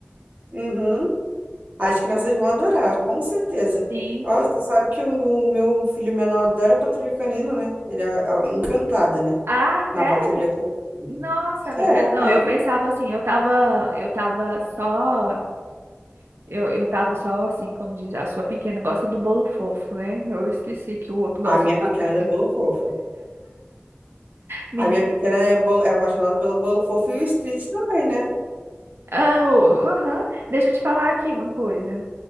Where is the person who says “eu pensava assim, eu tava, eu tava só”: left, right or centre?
Right